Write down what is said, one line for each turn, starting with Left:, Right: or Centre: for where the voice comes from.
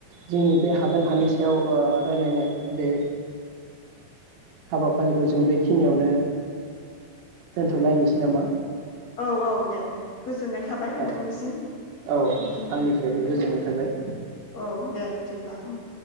Right: जोंनि बे हादान हानि सायाव ओ रायलायनाय बे हाबाफारिखौ जों बेखिनियावनो दोनथ' लायनोसै नामा?
Left: औ औ दे गोजो जोननाय थाबाय नोंथांनिसिम
Right: औ औ
Left: उम
Right: आंनिफ्रायबो गोजोननाय थाबाय।
Left: औ दे बिदिब्ला उम